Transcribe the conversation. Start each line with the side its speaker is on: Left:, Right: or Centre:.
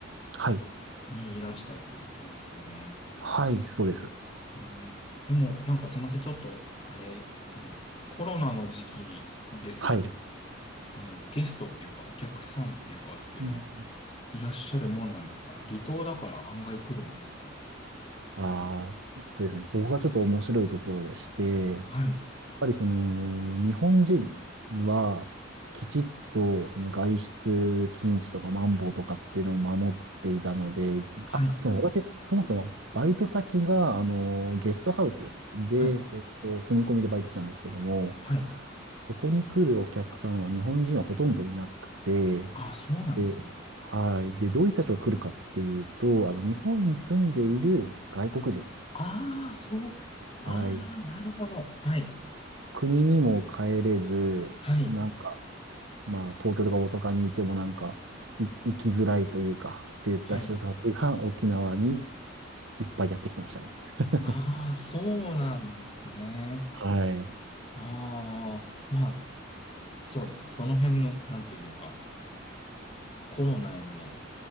Right: はい。
Left: にいらしたっていうことですよね。
Right: はい、そうです。
Left: うん。でも、なんかすいません。ちょっと、あれ、あの、コロナの時期ですけど、
Right: はい。
Left: あの、ゲストっていうか、お客さんっていうかっていうのは、
Right: うん。
Left: いらっしゃるもんなんですかね。離島だから案外来るんですかね。
Right: ああ、えっとですね、そこがちょっと面白いところでして、やっ
Left: はい、
Right: ぱりその、日本人は、きちっと、その外出禁止とか、マンボウとかっていうのを守っていたので、
Left: はい、
Right: あ、そう、私、そもそも、バイト先が、あの、ゲストハウスで、
Left: はい、
Right: えっと、住み込みでバイトしたんですけども、
Left: はい。
Right: そこに来るお客さんは日本人はほとんどいなくて、
Left: ああ、そうなんですね。
Right: で、はい。で、どういった人が来るかっていうと、あの、日本に住んでいる外国人。
Left: ああ、そう、ああ、
Right: はい。
Left: なるほど。はい、
Right: 国にも帰れず、
Left: はい、
Right: なんか、まあ、東京とか大阪にいてもなんか、い行きづらいというか、って言った人たちが沖縄に
Left: はい。
Right: いっぱいやってきてましたね。<laughs>
Left: ああ、そうなんですね。
Right: はい。
Left: ああ、まあ、そうですね。その辺の、なんていうのか、コロナへの